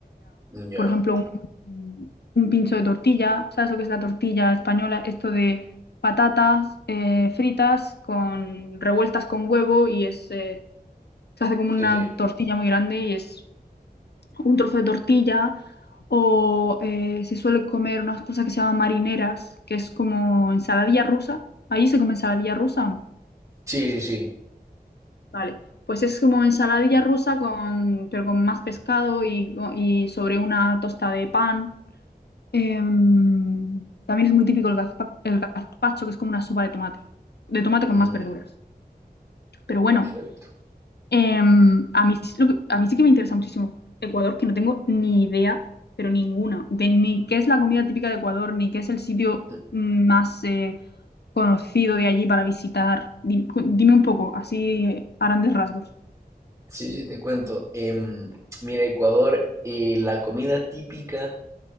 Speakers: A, on the right (about 20°); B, on the left (about 85°).
A: Ya,
B: Por ejemplo, un, un pincho de tortilla. ¿Sabes lo que es la tortilla española? Esto de patatas eh, fritas con revueltas con huevo y es, eh, se hace como una
A: Sí, sí.
B: tortilla muy grande y es un trozo de tortilla. O eh, se suele comer unas cosas que se llaman marineras, que es como ensaladilla rusa. ¿Ahí se come ensaladilla rusa o no?
A: Sí, sí, sí.
B: Vale, pues es como ensaladilla rusa con, pero con más pescado y, y sobre una tosta de pan. Em, también es muy típico el gazpa- el gazpacho, que es como una sopa de tomate, de tomate con
A: Mm,
B: más verduras. Pero bueno,
A: perfecto.
B: em, a mí, sí- lo que- a mí sí que me interesa muchísimo Ecuador, que no tengo ni idea, pero ninguna, de ni qué es la comida típica de Ecuador, ni qué es el sitio
A: Mm,
B: más eh, conocido de allí para visitar. Di- cu- Dime, un poco, así eh, a grandes rasgos.
A: Sí, sí, te cuento. Em, mira, Ecuador, eh, la comida típica,